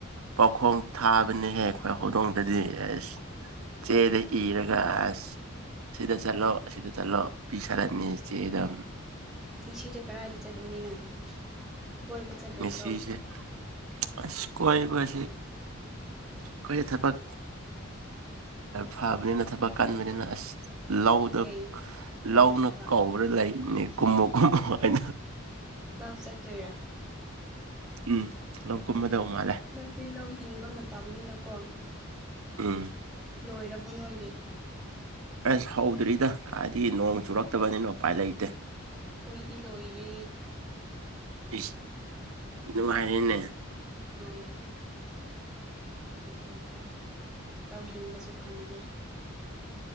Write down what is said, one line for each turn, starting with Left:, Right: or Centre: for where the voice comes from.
Right: ꯄꯥꯈꯣꯡ ꯊꯥꯕꯅꯤꯍꯦ ꯑꯩꯈꯣꯏ ꯍꯧꯗꯣꯡꯗꯗꯤ ꯑꯦꯁ
Centre: ꯌꯥꯔꯣꯏ
Right: ꯆꯦꯗ ꯏꯔꯒ ꯑꯁ ꯁꯤꯗ ꯆꯠꯂꯣ ꯑꯁꯤꯗ ꯆꯠꯂꯣ ꯄꯤꯒꯔꯥꯅꯤ ꯆꯦꯗꯣ
Centre: ꯉꯁꯤꯗꯤ ꯀꯗꯥꯥꯏꯗ ꯆꯠꯂꯨꯅꯤ ꯅꯪ ꯀꯣꯏꯕ ꯆꯠꯂꯣꯏꯗ꯭ꯔꯣ
Right: ꯉꯁꯤꯁꯦ ꯑꯁ ꯀꯣꯏꯕꯁꯤ ꯑꯩꯈꯣꯏꯗꯤ ꯊꯕꯛ ꯐꯕꯅꯤꯅ ꯊꯕꯛ ꯀꯟꯕꯅꯤꯅ ꯑꯁ ꯂꯧꯗ
Centre: ꯏ ꯀꯩ ꯀꯩ
Right: ꯂꯧꯅ
Centre: ꯊꯕꯛ
Right: ꯀꯧ ꯀꯧꯔ ꯂꯩꯅꯦ ꯀꯨꯝꯃꯣ ꯀꯨꯝꯃꯣ ꯍꯥꯏꯅ
Centre: ꯂꯧ ꯆꯠꯇꯣꯏꯔꯥ
Right: ꯎꯝ ꯅꯪ ꯀꯨꯝꯃꯗꯧ ꯃꯥꯜꯂꯦ
Centre: ꯍꯧꯖꯤꯛꯇꯤ ꯂꯧ ꯍꯤꯡꯕ ꯃꯇꯝꯅꯤꯅꯀꯣ
Right: ꯎꯝ
Centre: ꯂꯣꯏꯔꯕꯣ ꯅꯣꯏꯗꯤ
Right: ꯑꯁ ꯍꯧꯗ꯭ꯔꯤꯗ ꯀꯥꯏꯗꯒꯤ ꯅꯣꯡ ꯆꯨꯔꯛꯇꯕꯅꯤꯅ ꯎꯄꯥꯏ ꯂꯩꯇꯦ
Centre: ꯑꯩꯈꯣꯏꯗꯤ ꯂꯣꯏꯔꯦ
Right: ꯢꯁ ꯅꯨꯡꯉꯥꯏꯔꯦꯅꯦ
Centre: ꯅꯨꯡꯉꯥꯏꯔꯦ ꯅꯍꯥꯟꯅ ꯂꯣꯢꯈꯔꯦ ꯂꯧ ꯍꯤꯡꯕꯁꯨ ꯐꯪꯗꯦ